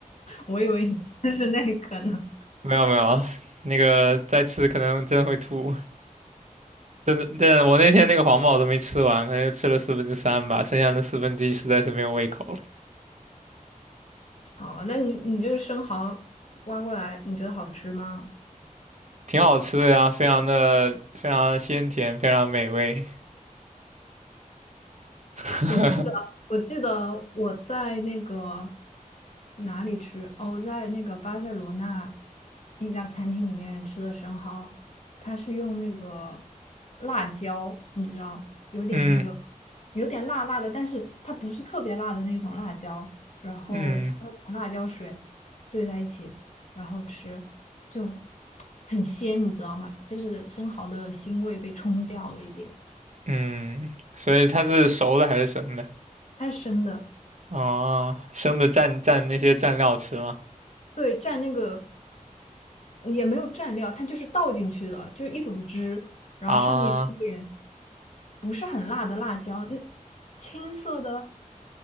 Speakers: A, on the left; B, on the right.
A: 我以为你吃是那个呢。
B: 没有没有，那个再吃可能真的会吐，真的，对我那天那个黄堡都没吃完，那就吃了四分之三吧，剩下那四分之一实在是没有胃口了，
A: <laughs> 好，那你你这个生蚝挖过来，你觉得好吃吗？
B: 挺好吃的呀，非常的非常鲜甜，非常美味，<laughs>
A: 我记得，我记得我在那个哪里吃？哦，在那个巴塞罗那一家餐厅里面吃的生蚝，它是用那个辣椒，你知道，有点那个，
B: 嗯
A: 有点辣辣的，但是它不是特别辣的那种辣椒，然后擦了点辣椒水
B: 嗯。
A: 兑在一起，然后吃，就很鲜，你知道吗？就是生蚝的腥味被冲掉了一点，
B: 嗯，所以它是熟的还是生的？
A: 它是生的。
B: 啊，生的蘸蘸那些蘸料吃吗？
A: 对，蘸那个也没有蘸料，它就是倒进去的，就是一种汁，然后上面一点
B: 啊，
A: 不是很辣的辣椒，那青色的，